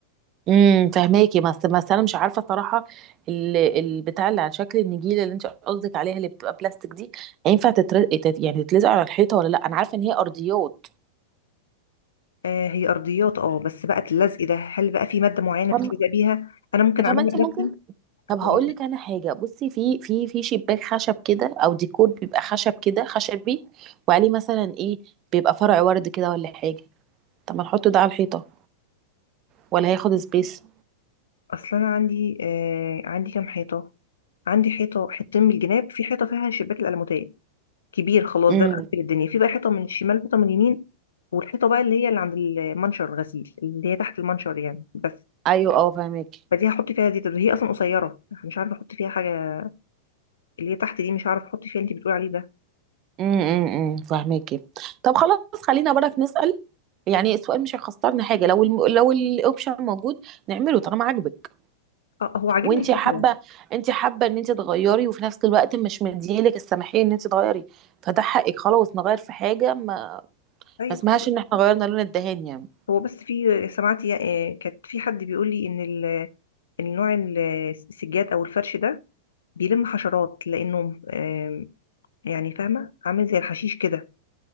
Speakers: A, on the right; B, on the left.
A: امم فهماكي بس بس انا مش عارفه صراحه ال- البتاع اللي على شكل النجيله اللي انت قصدك عليها اللي بتبقى بلاستيك دي هينفع تتر... تت... يعني تتلزق على الحيطه ولا لا انا عارفه ان هي ارضيات
B: آه هي ارضيات اه بس بقى اللزق ده هل بقى في ماده معينه
A: طب
B: بتلزق بيها انا ممكن
A: طب
B: اعملها
A: انت
B: بنفسي
A: ممكن طب
B: ولا
A: هقول لك انا حاجه بصي في في في شباك خشب كده او ديكور بيبقى خشب كده خشبي وعليه مثلا ايه بيبقى فرع ورد كده ولا حاجه طب ما نحط ده على الحيطه ولا هياخد سبيس
B: اصل انا عندي آه عندي كام حيطه عندي حيطه حتتين من الجناب في حيطه فيها شباك الالموتيه كبير خلاص
A: امم
B: ده مقفل الدنيا في بقى حيطه من الشمال حيطه من اليمين والحيطه بقى اللي هي اللي عند المنشر الغسيل اللي هي تحت المنشر يعني بس
A: ايوه اه فاهماكي
B: فدي هحط فيها زيت هي اصلا قصيره مش عارفه احط فيها حاجه اللي هي تحت دي مش عارفه احط فيها اللي انت بتقولي عليه ده
A: امم فاهماكي طب خلاص خلينا برك نسأل يعني السؤال مش هيخسرنا حاجه لو الم... لو الاوبشن موجود نعمله طالما عاجبك
B: اه هو عاجبني
A: وانت
B: الفكره
A: حابه انت حابه ان انت تغيري وفي نفس الوقت مش مديلك السماحيه ان انت تغيري فده حقك خلاص نغير في حاجه ما
B: طيب
A: ما اسمهاش
B: خلاص.
A: ان احنا غيرنا لون الدهان يعني
B: هو بس في سمعت يا- آه، كانت في حد بيقول لي ان ال- النوع ال- السجاد او الفرش ده بيلم حشرات لانه آم، يعني فاهمه عامل زي الحشيش كده